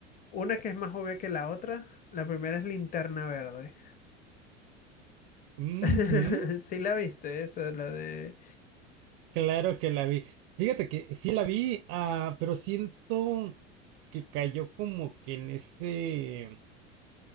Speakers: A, on the left; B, on the right.
A: Una que es más obvia que la otra, la primera es Linterna Verde.
B: Ujú,
A: <laughs> Sí la viste, esa, la de...
B: Claro que la vi. Fíjate que sí la vi, ah, pero siento que cayó como que en ese, eh,